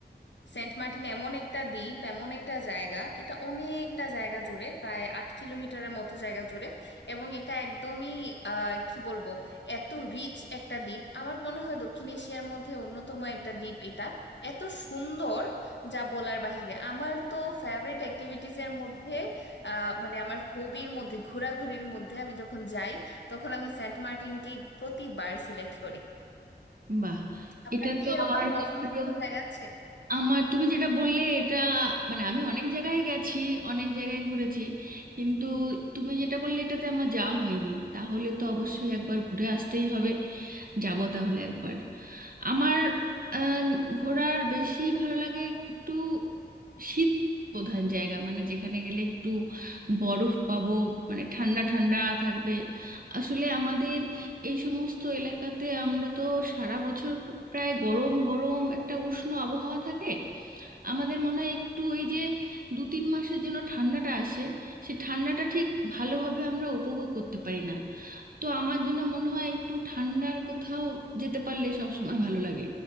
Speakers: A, on the left; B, on the right.
A: সেন্ট মার্টিন এমন একটা দ্বীপ এমন একটা জায়গা এটা অনেকটা জায়গা জুড়ে প্রায় আট কিলোমিটারের মতো জায়গা জুড়ে এবং এটা একদমই আহ কি বলবো এত রিচ একটা দ্বীপ আমার মনে হয় দক্ষিণ এশিয়ার মধ্যে অন্যতম একটা দ্বীপ এটা এত সুন্দর যা বলার বাহিরে আমার তো ফেভারিট অ্যাক্টিভিটিজ এর মধ্যে আহ, মানে আমার হবির মধ্যে ঘোরাঘুরির মধ্যে আমি যখন যাই তখন আমি সেন্ট মার্টিনকেই প্রতিবার সিলেক্ট করি
B: বাহ
A: আপনার
B: এটা
A: কি
B: তো
A: এরকম
B: আমার
A: পছন্দের
B: কখনো
A: কোনো জায়গা আছে
B: আমার তুমি যেটা বললে এটা মানে আমি অনেক জায়গায় গেছি অনেক জায়গায় ঘুরেছি কিন্তু তুমি যেটা বললে এটাতে আমার যাওয়া হয়নি তাহলে তো অবশ্যই একবার ঘুরে আসতেই হবে যাব তাহলে একবার আমার আহ, ঘোরার বেশি ভালো লাগে একটু শীত প্রধান জায়গা মানে যেখানে গেলে একটু বরফ পাবো মানে ঠান্ডা ঠান্ডা থাকবে আসলে আমাদের এই সমস্ত এলাকাতে আমরা তো সারা বছর প্রায় গরম গরম একটা উষ্ণ আবহাওয়া থাকে আমাদের মনে হয় একটু ওই যে দু তিন মাসের জন্য ঠান্ডাটা আসে সে ঠান্ডাটা ঠিক ভালোভাবে আমরা উপভোগ করতে পারি না তো আমার জন্য মনে হয় একটু ঠান্ডার কোথাও যেতে পারলে সব সময় ভালো লাগে